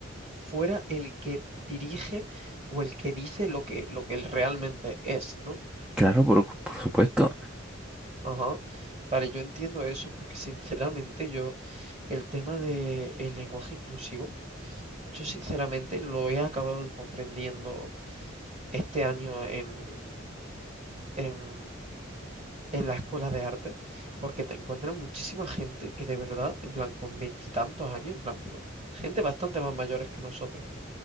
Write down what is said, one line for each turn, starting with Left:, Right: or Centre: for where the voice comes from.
Right: fuera el que dirige o el que dice lo que, lo que él realmente es, ¿no?
Centre: claro, por, por supuesto.
Right: Ajá. Vale, yo entiendo eso porque sinceramente yo, el tema del lenguaje inclusivo, Yo sinceramente lo he acabado comprendiendo este año en, en, en la escuela de arte, porque te encuentras muchísima gente que de verdad, en plan, con veintitantos años, en plan, pero gente bastante más mayores que nosotros,